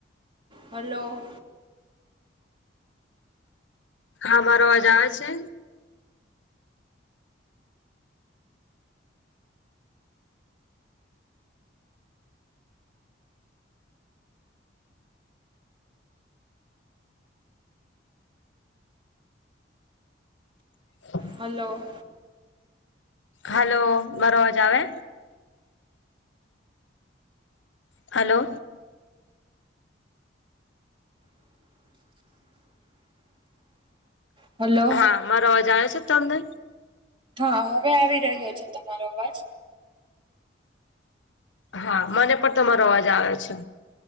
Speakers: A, on the right (about 30°); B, on the left (about 80°).
A: હલો.
B: હા, મારો અવાજ આવે છે? <inaudible>
A: હલો.
B: હલો, મારો અવાજ આવે? હલો
A: હલો
B: હા મારો અવાજ આવ છે તમને
A: હા હવે આવી રહ્યો છે તમારો અવાજ
B: હા મને પણ તમારો અવાજ આવે છે